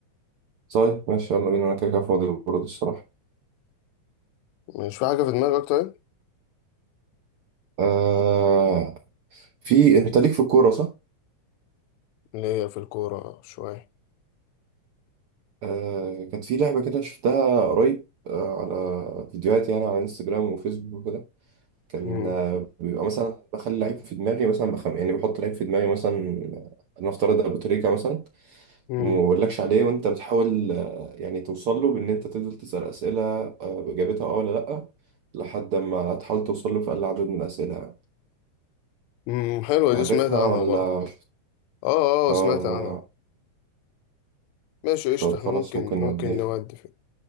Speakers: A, on the right; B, on the left.
A: طيب ماشي يلا بينا انا كده كده فاضي برضه الصراحة
B: مش في حاجه في دماغك طيب
A: آه في انت ليك في الكورة صح؟
B: اللي هي في الكوره شويه
A: آه كانت في لعبة كده شفتها قريب آه على فيديوهات يعني على انستجرام وفيسبوك وكده كان
B: امم
A: آه بيبقى مثلا بخلي لعيب في دماغي مثلا بخم... يعني بحط لعيب في دماغي مثلا نفترض ابو تريكة مثلا
B: امم
A: وما بقولكش عليه وانت بتحاول آه، يعني توصل له بان انت تفضل تسأل اسئلة آه، باجابتها اه ولا لأ لحد ما تحاول توصل له في اقل عدد من الاسئلة
B: امم حلوه
A: عارفها
B: دي سمعت عنها
A: ولا
B: برضه اه
A: اه
B: اه سمعت
A: ما...
B: عنها ماشي قشطه
A: طب خلاص
B: احنا ممكن
A: ممكن
B: ممكن
A: نوديها
B: نودي فيه